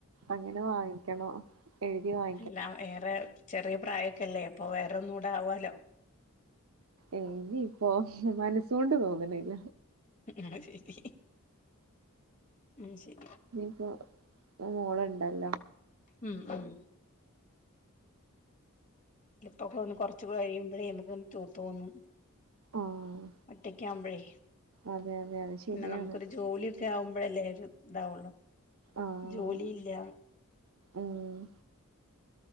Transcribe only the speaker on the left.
അല്ല വേറെ ചെറിയ പ്രായക്കല്ലേ അപ്പൊ വേറൊന്നും കൂടെ ആവാാലോ
ആഹ് ശരി ഉം ശരി
ഉം ഉം ഇപ്പൊക്ക ഒന്ന് കൊറച്ച് കഴിയുമ്പോഴേ നമക്ക് തൂത്തോന്നു
ഒറ്റക്ക് ആവുമ്പഴേ
പിന്നെ
നമുക്കൊരു ജോലിയൊക്കെ ആവുമ്പോഴല്ലേ ഇതാവുള്ളു
ജോലിയില്ല